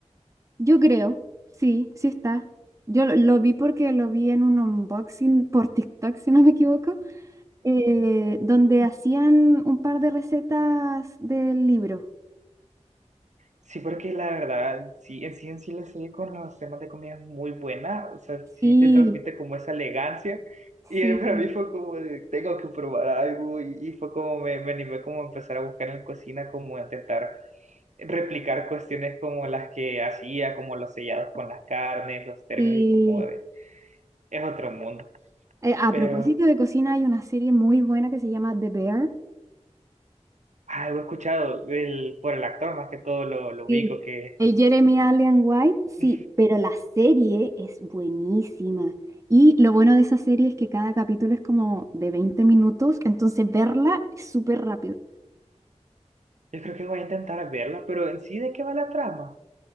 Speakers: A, on the right; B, on the right.
A: Yo creo, sí, sí está. Yo lo, lo vi porque lo vi en un unboxing por TikTok, si no me equivoco, eh, donde hacían un par de recetas del libro.
B: Sí, porque la verdad, sí, en sí en sí la serie con los temas de comida es muy buena, o sea, sí
A: Sí,
B: te transmite como esa elegancia, y
A: sí,
B: eh, para mí fue como de, tengo que probar algo, y, y fue como me, me animé como a empezar a buscar en la cocina, como a intentar replicar cuestiones como las que hacía, como los sellados con las carnes, los términos,
A: sí.
B: y fue como de, es otro mundo,
A: Eh, a
B: pero
A: propósito de cocina, hay una serie muy buena que se llama The Bear,
B: algo he escuchado del, por el actor, más que todo lo, lo ubico,
A: Sí,
B: que
A: el Jeremy Allen White,
B: <laughs>
A: sí,
B: yo
A: pero la serie es buenísima. Y lo bueno de esa serie es que cada capítulo es como de 20 minutos, entonces verla es súper rápido.
B: creo que voy a intentar verla, pero en sí, ¿de qué va la trama?